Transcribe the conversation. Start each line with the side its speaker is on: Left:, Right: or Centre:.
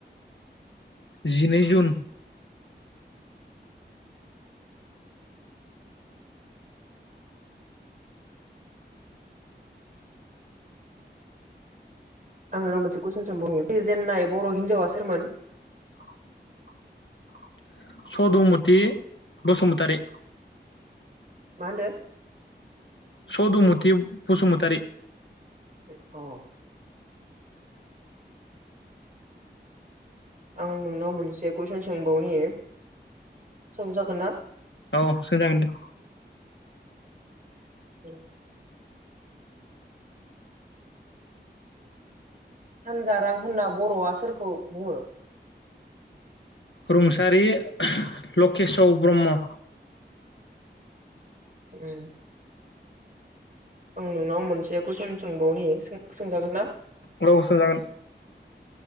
Left: जिनै जुन।
Right: आं नोंनाव मोनसे कुइसन सोंबावनि जेननाय बर' हिनजावा सोरमोन?
Left: <inaudible> सदुमति बसुमतारी।
Right: मा होनदो?
Left: सधुमुथि बसुमतारि।
Right: अ। आं नोंनाव मोनसे कुइसन सोंबावनि सोंजागोन ना?
Left: औ सोंजागोन दे।
Right: <inaudible> सानजारां होनना बर'आ सोरखौ बुङो?
Left: रुंसारि लकेश' ब्रह्म।
Right: उम। आं नोंनाव मोनसे कुइसन सोंबावनि सो सोंजागोन ना?
Left: औ सोंजागोन।